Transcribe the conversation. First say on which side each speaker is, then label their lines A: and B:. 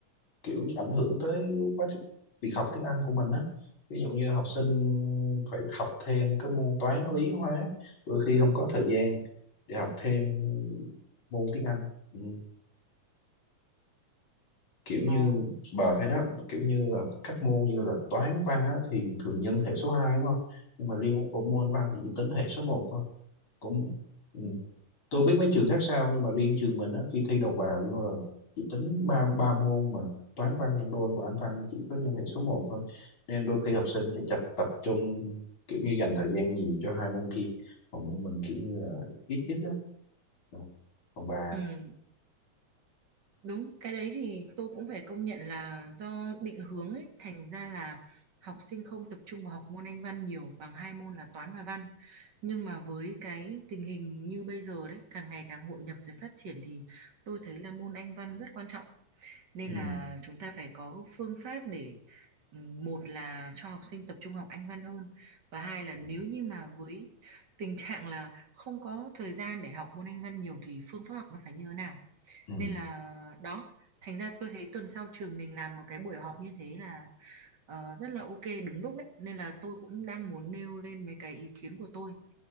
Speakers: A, on the left; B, on the right.
A: kiểu ảnh hưởng tới quá trình việc học tiếng Anh của mình á ví dụ như học sinh phải học thêm các môn toán lý hóa đôi khi không có thời gian để học thêm môn tiếng Anh ừ. kiểu như
B: Ồ,
A: bà thấy đó kiểu như là các môn như là toán văn á, thì thường nhân hệ số 2 đúng không nhưng mà riêng môn văn thì chỉ tính hệ số một thôi cũng ừ. tôi biết mấy trường khác sao nhưng mà riêng trường mình á khi thi đầu vào vô là chỉ tính ba ba môn mà toán văn nhân đôi của anh văn chỉ có nhân hệ số một thôi nên đôi khi học sinh sẽ chập tập trung kiểu như dành thời gian nhiều cho hai môn kia còn môn mình kiểu như là ít ít đó Ừ. còn bà
B: ừ, đúng, cái đấy thì tôi cũng phải công nhận là do định hướng ấy, thành ra là học sinh không tập trung vào học môn Anh văn nhiều bằng hai môn là toán và văn. Nhưng mà với cái tình hình như bây giờ đấy, càng ngày càng hội nhập rồi phát triển thì tôi thấy là môn Anh văn rất quan trọng. nên
A: ừ.
B: là chúng ta phải có phương pháp để ừm, một là cho học sinh tập trung học Anh văn hơn và hai là
A: Ừ.
B: nếu như mà với tình trạng là không có thời gian để học môn Anh văn nhiều thì phương pháp học nó phải như thế nào
A: Ừ.
B: nên là đó thành ra tôi thấy tuần sau trường mình làm một cái buổi họp như thế là ờ, rất là ok đúng lúc đấy nên là tôi cũng đang muốn nêu lên mấy cái ý kiến của tôi